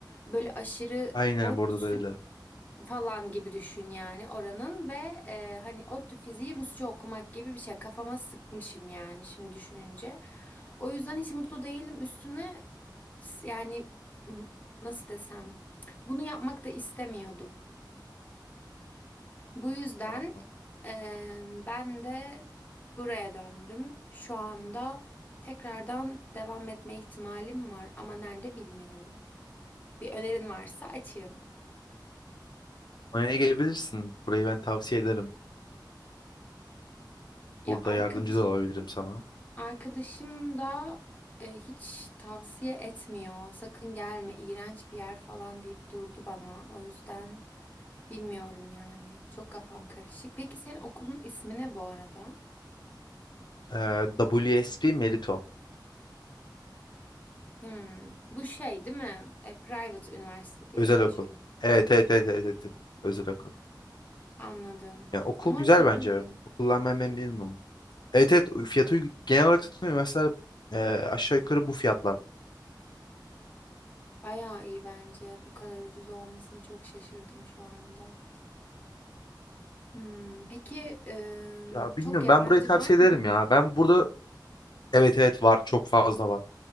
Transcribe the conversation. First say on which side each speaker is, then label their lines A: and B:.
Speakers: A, on the left; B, on the left.
A: Böyle aşırı
B: Aynen
A: ODTÜ'sü
B: burada da öyle.
A: falan gibi düşün yani oranın ve e, hani ODTÜ fiziği Rusça okumak gibi bir şey kafama sıkmışım yani şimdi düşününce. O yüzden hiç mutlu değilim üstüne yani m- nasıl desem bunu yapmak da istemiyordum. Bu yüzden
B: Aa.
A: e, ben de buraya döndüm. Şu anda tekrardan devam etme ihtimalim var ama nerede bilmiyorum. Bir önerin varsa açığım.
B: Manya'ya gelebilirsin. Burayı ben tavsiye ederim.
A: Ya
B: Burada
A: arkadaşım
B: yardımcı da olabilirim sana.
A: Arkadaşım da e, hiç tavsiye etmiyor. Sakın gelme, iğrenç bir yer falan deyip durdu bana. O yüzden bilmiyorum yani. Çok kafam karışık. Peki senin okulun ismi ne bu arada?
B: Ee, WSP Merito.
A: Hmm, bu şey değil mi? E, private üniversite diye
B: Özel
A: geçiyor.
B: okul. Evet evet evet evet. evet. evet. Özel okul.
A: Anladım.
B: Yani okul
A: Ama
B: güzel
A: çok
B: bence.
A: uygun.
B: Okuldan ben memnunum. Evet evet fiyatı uygun. genel olarak tutmuyor. Üniversiteler e, aşağı yukarı bu fiyatlar.
A: Bayağı iyi bence. Bu kadar ucuz olmasına çok şaşırdım şu anda. Hmm, peki e,
B: Ya bilmiyorum
A: çok yabancı
B: ben burayı tavsiye
A: var mı?
B: ederim ya. Ben burada evet evet var çok fazla var.